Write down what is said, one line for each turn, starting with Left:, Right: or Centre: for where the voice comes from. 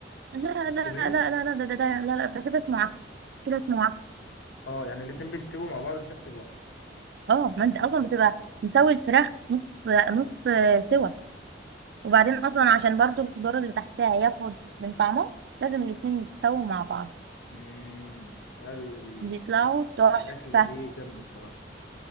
Right: لا
Left: في الصينيه
Right: لا لا لا لا ده ده ده لا لا ده كده اسمه عك كده اسمه عك
Left: اه يعني الاتنين بيستووا مع بعض في نفس الوقت
Right: اه ما انت اصلا بتبقى مسوي الفراخ نص نص آه، سوا وبعدين اصلا عشان برضو الخضار اللي تحتها ياخد من طعمه لازم الاتنين يتساووا مع بعض
Left: امم ال- ال-
Right: بيطلعوا تحفة
Left: الاكله دي جامده بصراحه